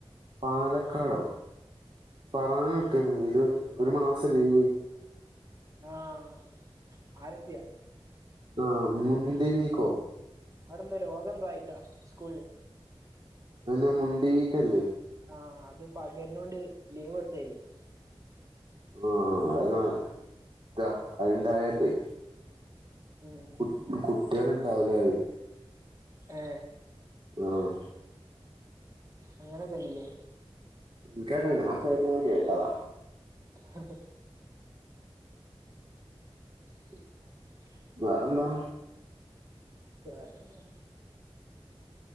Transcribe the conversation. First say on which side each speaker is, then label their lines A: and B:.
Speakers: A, on the right; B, on the right.
A: പാലക്കാടോ ഫറാന വിട്ട്ക്കനു ഇരു ഒരു മാസം ലീവ്
B: ആഹ ആലപ്പുഴ
A: ആ മുണ്ടി വീക്കോ
B: അവിടെന്ത രോഗന്ത ആയിട്ടാ സ്കൂളില്
A: അതന്നെ മുണ്ടി വീക്കല്ലേ
B: ആഹ അത് പകരന്ന കൊണ്ട് ലീവ് കൊടുത്തായിരിക്കും
A: ആഹ അഹ് ന്നാ താ അഹ്ണ്ടായല്ലേ
B: ഉം
A: കു കുട്ടികൾ ഉണ്ടാവില്ല റിം
B: ഹെ
A: ആഹ
B: അങ്ങനെയൊക്കെ ഇണ്ട്‌ല്ലേ
A: ഇക്കാറില്ല ഞാൻ പ്പ യെടുന്ന കേട്ടതാ
B: ആ ഹ <inaudible>
A: വേറെന്താ
B: വേറെന്താ